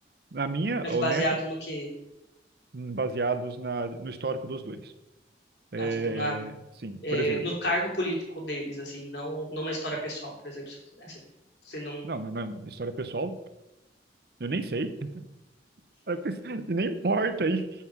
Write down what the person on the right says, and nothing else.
Na minha
honesta
hum, baseados na, no histórico dos dois. É,
sim,
por exemplo,
não, não, não, história pessoal, eu nem sei, <laughs> Eu pens- e nem importa aí,